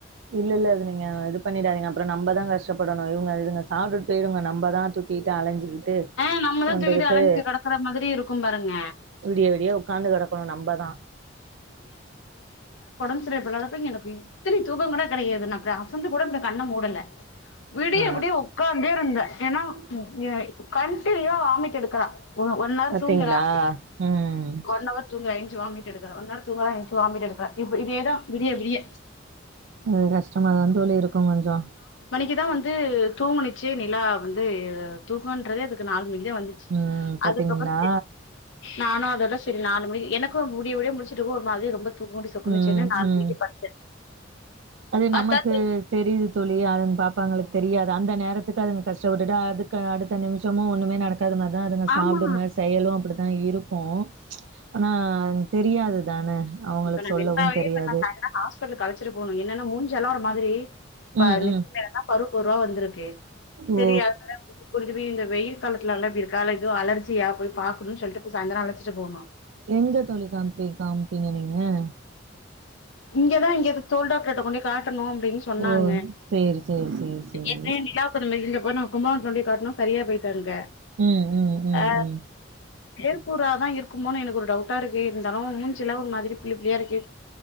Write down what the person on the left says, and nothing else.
ஆ நம்மதா
தூக்கிட்டு அலைஞ்சு கெடக்குற மாதிரி இருக்கும் பாருங்க
மாத்திரைய போடாதப்ப எனக்கு இத்தினி தூக்க கூட கிடையாது நா இப்டி அசந்து கூட இப்டி கண்ண மூடல விடிய
விடிய உக்காந்தே இருந்தே ஏனா எ கண்டினியூவா வாமிட் எடுக்குறா ஒ ஒன் ஹவர்
தூங்கறா
ஒன் அவர் தூங்க எனிச்சு வாமிட் எடுக்கற ஒன்னார் தூங்கறா என்ச்சு வாமிட் எடுக்கறா இப்ப இதே தா விடிய விடிய
இதா வந்து தூங்குணிச்சு நிலா வந்து தூக்கன்றதே அதுக்கு நால இதா வந்துச்சு
அதுக்கப்றோ நானு அதோட செரி நாலு மணிக்கு எனக்கு விடிய விடிய முழிச்சிட்டுக்கு ஒரு மாதிரி ரொம்ப தூக்க மட்டு சொக்குனுச்சுன்னு
நாலு
மணிக்கு படுத்தே
பாத்தா
ஆமா
இப்ப நா
வென்பாவயே
இப்ப சாய்ந்தர ஹாஸ்பிடலுக் அழச்சிட்டு போணு என்னன்னா மூஞ் செல்லா ஒரு மாதிரி இப்ப
லிப்
மேலதா பருப்பருவா வந்திருக்கு செரி
அதனால இந்த வெயில் இந்த வெயில் காலத்துலலா இப்டி இருக்கா இல்ல இது அலர்ஜியா போய் பாக்குனு சொல்லிட்டு இப்ப சாய்ந்தரோ அழச்சிட்டு போணு
இங்கதா இங்க தோல் டாக்டர்ட்ட கொண்டு போய் காட் னு அப்டின்னு சொன்னாங்க
ஏற்கனவே <unintelligible> அப்ற நா கும்பகோனத்துல இருந்தே காட்னோ சரியா போய்ட்டாருங்க
அ
ஏற்கூற தா இருக்குமோனு எனக்கு ஒரு டவுட்டா இருக்கு இருந்தாலு மூஞ்சில ஒரு மாதிரிப் புள்ளிப் புள்ளியாருக்கு